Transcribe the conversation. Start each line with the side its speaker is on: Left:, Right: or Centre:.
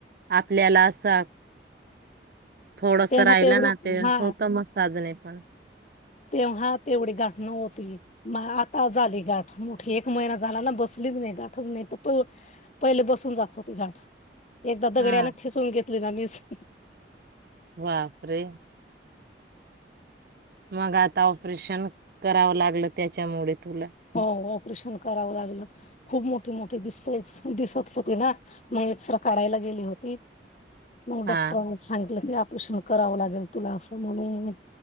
Right: आपल्याला असा थोडस
Left: तेव्हा
Right: राहिलं
Left: तेवढी
Right: ना ते
Left: हा
Right: होतं मग साधने पण.
Left: तेव्हा तेवढी गाठ नव्हती. मग आता झाली गाठ मोठी एक महिना झाला ना बसलीच नाही गाठच नाही तर प पहिले बसून जात होती गाठ. एकदा
Right: हा
Left: दगड्याने ठेसून घेतली ना मीच
Right: बापरे. मग आता ऑपरेशन करावं लागलं त्याच्यामुळे तुला
Left: हो. ऑपरेशन करावं लागलं खूप मोठे मोठे दिसत दिसत होते ना, मग एक्स-रे काढायला गेली होती. मग
Right: हा
Left: डॉक्टरांनी सांगितलं. ऑपरेशन करावं लागेल तुला असं म्हणून